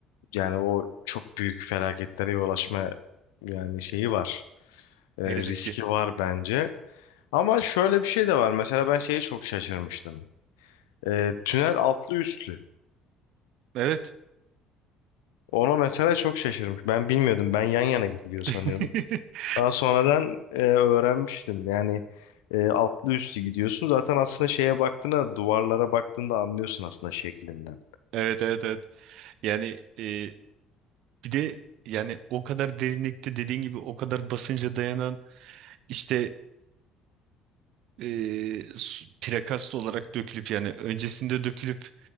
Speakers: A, on the left (about 65°); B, on the right (about 55°).
A: yani o çok büyük felaketlere yol açma yani şeyi var. E,
B: Ne yazık
A: riski
B: ki.
A: var bence. Ama şöyle bir şey de var. Mesela ben şeye çok şaşırmıştım. E, tünel altlı üstlü.
B: Evet.
A: Ona mesela çok şaşırmış. Ben bilmiyordum. Ben yan yana gidiliyor sanıyordum.
B: <laughs>
A: Daha sonradan e, öğrenmiştim. Yani e, altlı üstü gidiyorsun. Zaten aslında şeye baktığında, duvarlara baktığında anlıyorsun aslında şeklinden.
B: Evet evet evet. Yani e, bir de yani o kadar derinlikte dediğin gibi o kadar basınca dayanan işte e, su- prekast olarak dökülüp yani öncesinde dökülüp